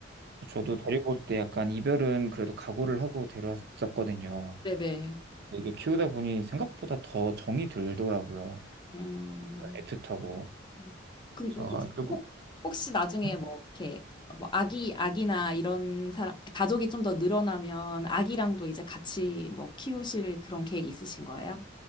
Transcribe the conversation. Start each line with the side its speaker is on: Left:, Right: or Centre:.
Right: 저도 데리고 올 때 약간 이별은 그래도 각오를 하고 데려왔었거든요.
Left: 네네.
Right: 이게 키우다 보니 생각보다 더 정이 들더라고요.
Left: 음.
Right: 애틋하고.
Left: 음. 근데
Right: 그래서
Left: 혹시,
Right: 조금
Left: 혹- 혹시 나중에
Right: 음?
Left: 뭐 이렇게 뭐 아기 아기나 이런 사람 가족이 좀 더 늘어나면 아기랑도 이제 같이 뭐 키우실 그런 계획 있으신 거예요?